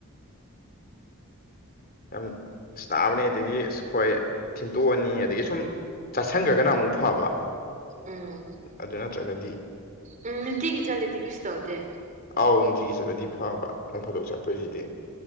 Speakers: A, on the left (about 45°); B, on the right (about 35°).
A: ꯌꯥꯝ ꯇꯥꯕꯅꯤ ꯑꯗꯒꯤ ꯈꯣꯏ ꯊꯤꯟꯇꯣꯛꯑꯅꯤ ꯑꯗꯒꯤ ꯁꯨꯝ ꯆꯠꯁꯟꯈ꯭ꯔꯒꯅ ꯑꯃꯨꯛ ꯐꯕ
B: ꯎꯝ
A: ꯑꯗꯨ ꯅꯠꯇ꯭ꯔꯒꯗꯤ
B: ꯎꯝ ꯅꯨꯡꯇꯤꯒꯤ ꯆꯂꯗꯤ ꯀꯔꯤꯁꯨ ꯇꯧꯗꯦ
A: ꯑꯥꯎ ꯅꯨꯡꯇꯤꯒꯤ ꯆꯠꯂꯗꯤ ꯐꯕ ꯅꯣꯡ ꯐꯥꯗꯣꯛ ꯆꯠꯄꯁꯤꯗꯤ